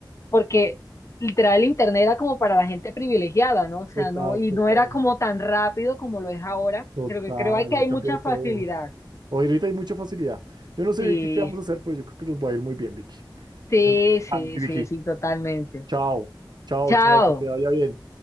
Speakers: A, on the left; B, on the right.
A: porque literal el internet era como para la gente privilegiada, ¿no? O sea,
B: Total,
A: no, y
B: total,
A: no era como tan rápido como lo es ahora,
B: total.
A: pero que creo hay que
B: Ha
A: hay
B: cambiado
A: mucha facilidad.
B: todo. Hoy ahorita hay mucha facilidad. Yo no sé,
A: Sí,
B: Vicky, qué vamos a hacer, pero yo creo que nos va a ir muy bien, Vicky.
A: sí,
B: Te mando un
A: sí,
B: plan, Vicky.
A: sí, sí, totalmente.
B: Chao, chao,
A: Chao.
B: chao, que te vaya bien.